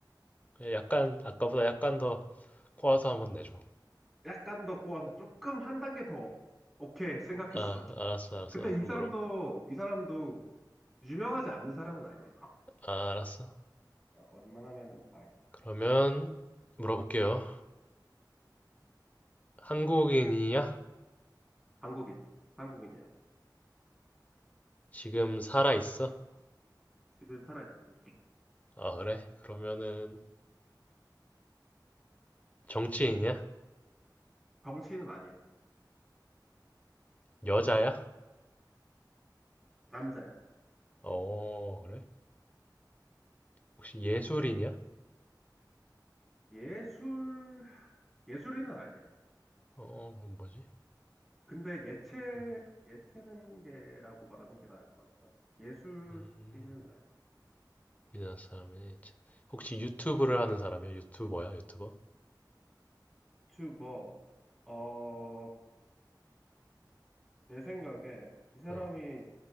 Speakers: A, on the left; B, in the centre.
A: 어. 약간 아까보다 약간 더 꼬아서 한번 내줘.
B: 약간 더 꼬아서 조금 한 단계 더 오케이 생각했어.
A: 아, 알았어, 알았어.
B: 근데 이
A: 그럼
B: 사람도
A: 물어.
B: 이 사람도 유명하지 않은 사람은 아니야.
A: 아, 알았어.
B: 아, 웬만하면은 다 알 거야.
A: 그러면 물어볼게요. 한국인이야?
B: 한국인. 한국인이야.
A: 지금 살아 있어?
B: 지금 살아있지.
A: 아, 그래? 그러면은 정치인이야?
B: 정치인은 아니야.
A: 여자야?
B: 남자야.
A: 어, 그래? 혹시 예술인이야?
B: 예술 예술인은 아니야.
A: 어, 그럼 뭐지?
B: 근데 예체
A: 음,
B: 예체능계라고 말하는 게 나을 것 같다. 예술인은
A: 음,
B: 아니야.
A: 우리나라 사람이 혹시 유튜브를 하는 사람이야? 유튜버야? 유튜버?
B: 유튜버. 어, 내 생각에 이 사람이
A: 어,